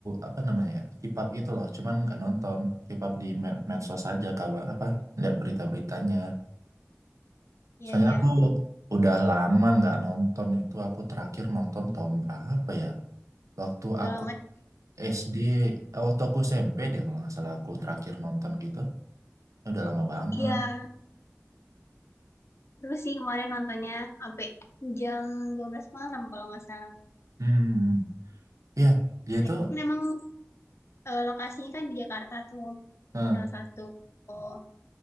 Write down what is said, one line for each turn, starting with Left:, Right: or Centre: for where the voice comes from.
Right: apa namanya ya, keep up gitu loh. Cuman nggak nonton, keep up di med- medsos aja kabar apa lihat berita-beritanya.
Left: Iya
Right: Soalnya
Left: iya,
Right: aku udah lama nggak nonton itu. Aku terakhir nonton tahun berapa ya? Waktu
Left: udah
Right: aku
Left: lama ya.
Right: SD eh, waktu aku SMP deh kalau nggak salah aku terakhir nonton gitu udah lama banget
Left: Iya, terus sih kemarin nontonnya sampai jam dua belas malam kalau nggak salah.
Right: hmm iya dia
Left: Nah
Right: tuh
Left: itu memang eh, lokasinya kan di Jakarta tuh,
Right: eh,
Left: salah satu oh,